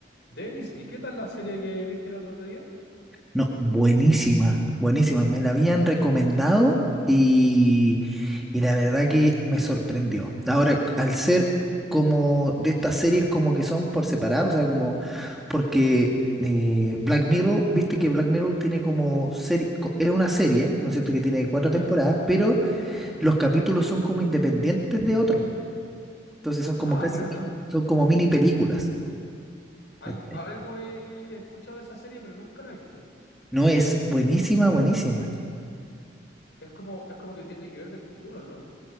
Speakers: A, on the left (about 65°); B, in the centre.
A: Denis, ¿y qué tal la serie que viste el otro día?
B: No, buenísima, buenísima. Me la habían recomendado y, y la verdad que me sorprendió. Ahora, al ser como de estas series como que son por separado, o sea, como porque eh, Black Mirror, viste que Black Mirror tiene como serie, es una serie, ¿no es cierto? Que tiene cuatro
A: Ya.
B: temporadas, pero los capítulos son como independientes de otros. Entonces son como
A: Ah,
B: casi
A: claro.
B: mini, son como mini películas.
A: Algo,
B: ¿cachai?
A: algo he he escuchado de esa serie, pero nunca la he visto.
B: No es buenísima, buenísima.
A: Es como, es como que tiene que ver del futuro, ¿no?